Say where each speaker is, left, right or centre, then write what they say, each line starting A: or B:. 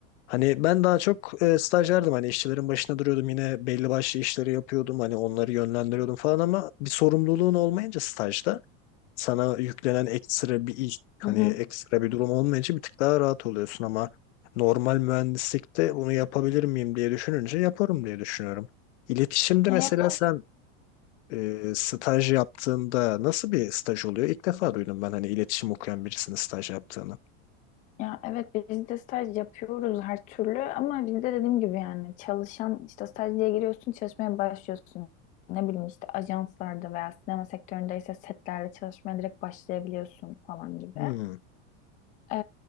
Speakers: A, on the left; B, on the left.
A: Hani ben daha çok e, stajyerdim hani işçilerin başına duruyordum yine belli başlı işleri yapıyordum hani onları yönlendiriyordum falan ama bir sorumluluğun olmayınca stajda sana yüklenen ekstra bir iş hani
B: Hı hı.
A: ekstra bir durum olmayınca bir tık daha rahat oluyorsun ama normal mühendislikte bunu yapabilir miyim diye düşününce yaparım diye düşünüyorum. İletişimde
B: Ya
A: mesela
B: yapar.
A: sen e, staj yaptığında nasıl bir staj oluyor? İlk defa duydum ben hani iletişim okuyan birisinin staj yaptığını.
B: Ya evet biz de staj yapıyoruz her türlü ama biz de dediğim gibi yani çalışan işte staj diye giriyorsun çalışmaya başlıyorsun. Ne bileyim işte ajanslarda veya sinema sektöründeyse setlerde çalışmaya direkt başlayabiliyorsun falan gibi.
A: Hmm.
B: Ee,